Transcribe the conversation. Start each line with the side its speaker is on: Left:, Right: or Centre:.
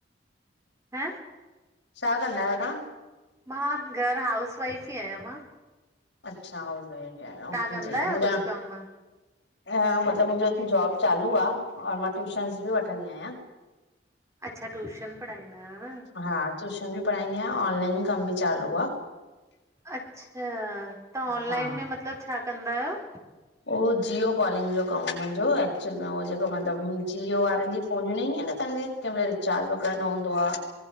Right: हं
Left: छा कंदा आहियो तां?
Right: मां घर हाउस वाइफ़ ही आहियां मां।
Left: अच्छा, हाउस लाइफ ही आहियो।
Right: तव्हां कंदा कुझु कमु?
Left: अ मतिलबु मुंहिंजो जॉब चालू आ और मां ट्यूशनस ॿि वठंदी आहियां।
Right: अच्छा ट्यूशन पढ़ाईंदा आयो न।
Left: हा ट्यूशन ॿि पढ़ाईंदी आंयां, ऑनलाइन कम ॿि चालू आ।
Right: अच्छा त ऑनलाइन
Left: हा
Right: में मतलबु छा कंदा आहियो?
Left: ओ जियो कॉलिंग जो कमु आ मुंहिंजो, एक्चुअल में हो जेको मतिलबु जियो वारनि ॼी फोन्यूं न ईंदियु आइन असांखे केहिमल। चार्ज वग़ैरह न हूंदो आ